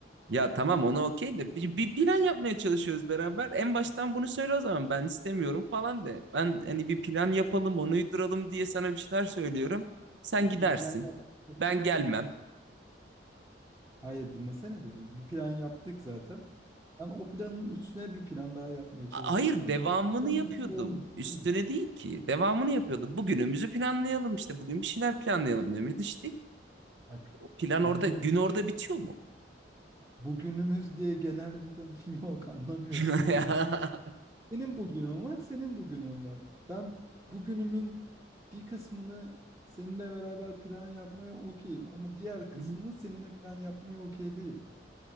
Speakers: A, on the right (about 75°); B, on the right (about 20°).
A: Ya tamam ona okey de bir, bir plan yapmaya çalışıyoruz beraber. En baştan bunu söyle o zaman ben istemiyorum falan de. Ben hani bir plan yapalım onu uyduralım diye sana bir şeyler söylüyorum. Sen
B: Bir
A: gidersin.
B: plan yapamam.
A: Ben gelmem.
B: Hayır dinlesene beni. Bir plan yaptık zaten. Sen o planın üstüne bir plan daha yapmaya çalışıyorsun.
A: A- Hayır devamını
B: Ben o planın
A: yapıyordum.
B: üstünde olmak
A: Üstüne
B: istemiyorum.
A: değil ki. Devamını yapıyordum. Bugünümüzü planlayalım işte. Bugün bir şeyler planlayalım demiştik.
B: Bak
A: O plan
B: bugünü,
A: orada gün orada bitiyor mu?
B: bugünümüz diye genel bir tanım <laughs> yok anlamıyorsun
A: <laughs>
B: arada. Benim bugünüm var, senin bugünün var. Ben bugünümün bir kısmını seninle beraber plan yapmaya okeyim ama diğer kısmını
A: Ya.
B: seninle plan yapmaya okey değilim.